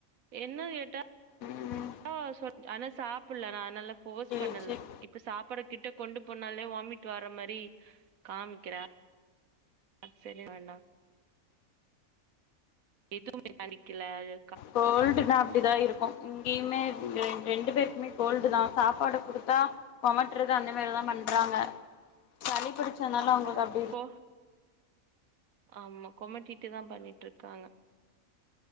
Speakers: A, on the right; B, on the left.
A: என்ன கேட்டா
B: ம்
A: டா சொல் ஆனா சாப்புல்ல நா அந்னால ஃபோஸ்
B: சேரி
A: பண்ணல
B: சேரி
A: இப்ப சாப்பாட கிட்ட கொண்டு போனாலே வாமிட் வர்ர மாரி காமிக்கிறா அ செரி வேண்டா எது மெக்கானிக்கில்ல அது
B: கோல்டுனா அப்டிதா இருக்கு இங்கியுமே ரெண் ரெண்டு பேருக்குமே கோல்டு தா சாப்பாட குடுத்தா கொமட்றது அந்த மாரிதா பண்றாங்க சளி புடுச்சனால அவுங்ளுக்கு அப்
A: கோ ஆமா கொமட்டிட்டு தா பண்ணிட்ருக்காங்க